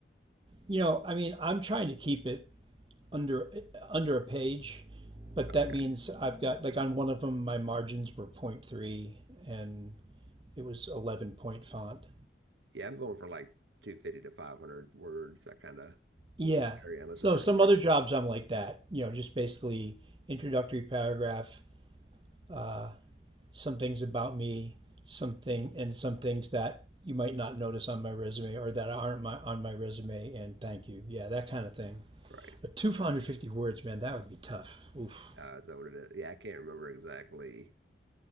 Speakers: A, on the right; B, on the right.
A: You know, I mean, I'm trying to keep it under under a page, but
B: Okay.
A: that means I've got like on one of them my margins were point 0.3 and it was 11 point font.
B: Yeah, I'm going for like 250 to 500 words, that kind of
A: Yeah.
B: area, unless
A: So
B: there's a restriction.
A: some other jobs I'm like that, you know, just basically introductory paragraph, uh, some things about me, something, and some things that you might not notice on my resume or that aren't my, on my resume, and thank you. Yeah, that kind of thing.
B: Right.
A: But 250 words, man, that would be tough. Oof.
B: Uh, is that what it is? Yeah, I can't remember exactly